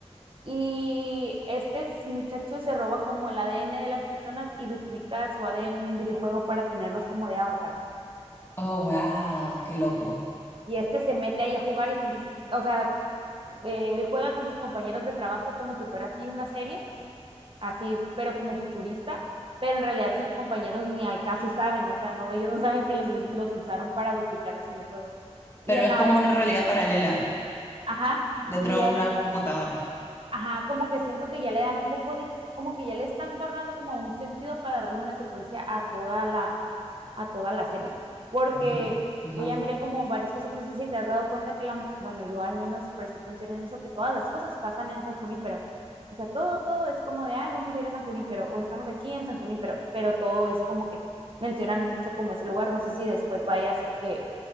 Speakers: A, on the right; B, on the left.
A: y este s- muchacho se roba como el ADN de las personas y duplica su ADN en un videojuego para tenerlos como de avatars.
B: Oh, wow, qué loco.
A: Y este se mete ahí a jugar y están sus, o sea, eh, él juega con sus compañeros de trabajo como si fuera así una serie así, pero como futurista, pero en realidad sus compañeros ni al caso saben, o sea, no, ellos no saben que los, los usaron para duplicarlos en el juego. Y
B: Pero
A: en
B: es
A: la,
B: como una realidad paralela
A: ajá,
B: dentro
A: y en
B: de una computadora.
A: ajá, como que siento que ya le dan un poco de, ex- como que ya le están tornando como un sentido para darle una secuencia a toda la, a toda la serie. Porque
B: Mm, ajá.
A: yo ya miré como varias cosas, no sé si te has dado cuenta que la, bueno, yo al menos presté atención en eso, que todas las cosas pasan en San Junípero. O sea, todo, todo es como de, ay, vamos a ir a San Junípero, o estamos aquí en San Junípero, pero todo es como que mencionan mucho como ese lugar, no sé si después vaya a ser que,